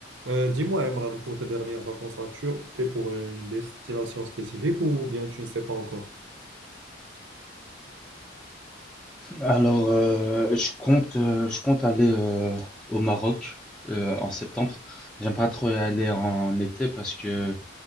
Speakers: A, on the right; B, in the centre.
A: Euh, dis-moi, Emran, pour tes dernières vacances, as-tu opté pour une destination spécifique ou bien tu ne sais pas encore?
B: Alors, euh, je compte, euh, je compte aller euh, au Maroc euh, en septembre. J'aime pas trop y aller en été parce que